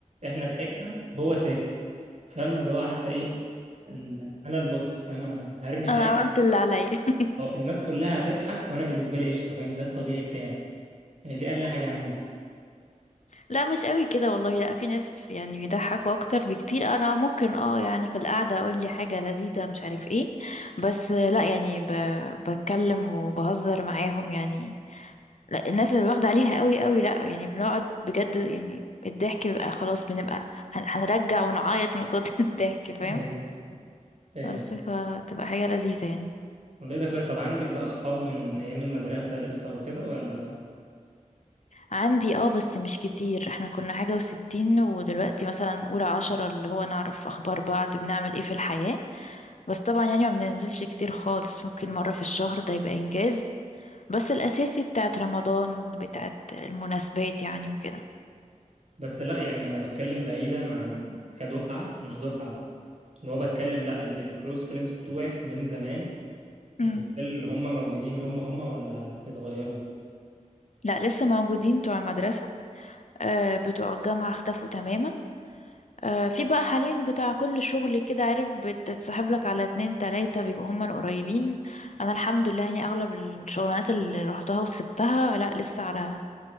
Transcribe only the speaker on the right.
احنا ضحكنا هو ساكت فاهمة اللي هو عارفة ايه ال... انا البص فاهمة انا هرمي
حاجة
اه الناس كلها هتضحك وانا بالنسبة لي قشطة فاهم ده الطبيعي بتاعي يعني دي اقل حاجة عندي
ايوه ايوه
والله ده كويس طب عندك بقى اصحاب من ايام المدرسة لسه وكده ولا
بس لا يعني انا بتكلم بعيدا عن كدفعه مش دفعه بقى اللي هو بتكلم لا الكلوز فريندز بتوعك من زمان
يعني ستيل هم موجودين هم هم ولا اتغيروا